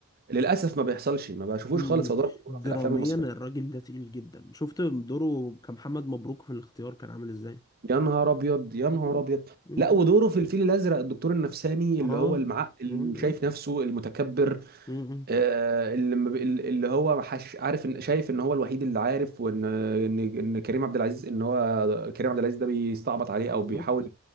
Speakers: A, on the right; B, on the left.
A: للاسف ما بيحصلش ما بشوفوش
B: امم.
A: خالص في ادوار بطوله
B: دراميا
A: في الافلام المصريه
B: الراجل ده تقيل جدا شفت دوره كمحمد مبروك في الاختيار كان عامل ازاي
A: يا نهار ابيض يا نهار
B: امم.
A: ابيض
B: امم.
A: لا ودوره في الفيل الازرق الدكتور النفساني اللي
B: اه
A: هو المعقل اللي
B: امم.
A: شايف نفسه المتكبر
B: امم.
A: آه، اللي ما بي- اللي هو حش عارف ان شايف ان هو الوحيد اللي عارف وان ان ان كريم عبد العزيز ان هو كريم عبد العزيز ده بيستعبط عليه
B: بالظبط
A: او بيحاول